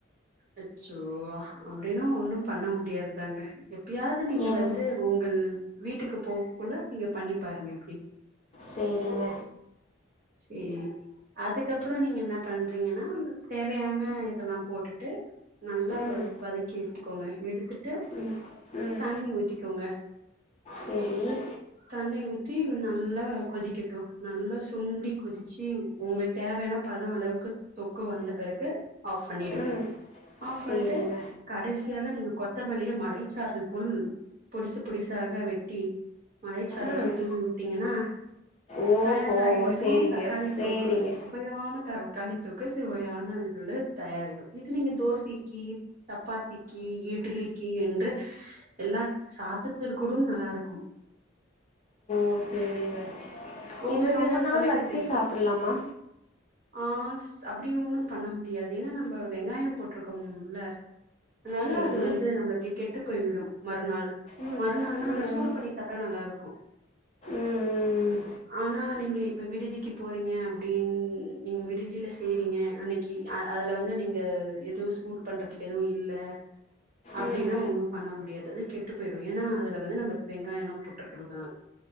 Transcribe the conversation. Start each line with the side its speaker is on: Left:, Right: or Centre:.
Right: அச்சோ அப்டின்னா ஒன்னும் பண்ண முடியாதுதாங்க எப்டியாவ்து நீங்க
Left: எதுவும்
Right: வந்து உங்கள் வீட்டுக்கு போகக்குள்ள நீங்க பண்ணி பாருங்க எப்டி
Left: சேரிங்க
Right: செரி அதுக்கப்புறம் நீங்க என்ன பண்றீங்கன்னா தேவையான இதெல்லாம் போட்டுட்டு நல்லா
Left: ம்
Right: வதக்கி எடுத்துக்கோங்க எடுத்துட்டு
Left: ம் ம்
Right: தண்ணி ஊத்திக்கோங்க
Left: சரி
Right: தண்ணி ஊத்தி நல்லா கொதிக்கட்டும் நல்லா சுண்டி கொதிச்சி உங்களுக்கு தேவையான பதம் அளவுக்கு தொக்கு வந்த பிறகு ஆஃப் பண்ணிடுங்க
Left: ம்
Right: ஆப்
Left: சேரிங்க
Right: பண்ணிட்டு கடைசியா தான் நீங்க கொத்தமல்லியே மழைச்சாரல் போல் பொடிசு பொடிசாக வெட்டி மழைச்சாரல்
Left: ம்
Right: போல தூவி விட்டீங்கன்னா
Left: ஓஹோ
Right: தயாராகிவிடும்
Left: சேரிங்க
Right: தக்காளி
Left: சேரிங்க
Right: தொக்கு சுவையான தர தக்காளித் தொக்கு சுவையான இதுல தயாராயிடும் இது நீங்க தோசைக்கு சப்பாத்திக்கு இட்லிக்கு என்று எல்லா சாதத்திற்கும் கூடும் நல்லா இருக்கும்
Left: ஓ சேரிங்க
Right: உங்களுக்கு
Left: இது ரொம்ப
Right: ஏதாவது
Left: நாள்
Right: சமைக்க
Left: வச்சு சாப்பிடலாமா
Right: ஆஹ் அப்படியும் ஒன்னும் பண்ண முடியாது ஏன்னா நம்ம வெங்காயம் போட்டிருக்கோம் இதுல அதனால
Left: சரி
Right: அது வந்து நம்மளுக்கு கெ கெட்டு போய்விடும் மறுநாள்
Left: ம்
Right: மறுநாள்னா நம்ம
Left: ம்
Right: சூடு
Left: ம்
Right: பண்ணி சாப்பிட்டா நல்லா இருக்கும்
Left: ம்
Right: ஆனா நீங்க இப்ப விடுதிக்கு போறீங்க அப்படின்னு நீங்க விடுதியில செய்றீங்க அன்னை க்கி அதுல வந்து நீங்க எதுவும் சூடு பண்றதுக்கு எதுவும் இல்ல அப்படின்னா
Left: ம் ம்
Right: ஒண்ணும் பண்ண முடியாது அது வந்து கெட்டு போயிடும் ஏன்னா அதுல வந்து நம்ம வெங்காயம்ல்லாம் போட்டுருக்கறிறதுனால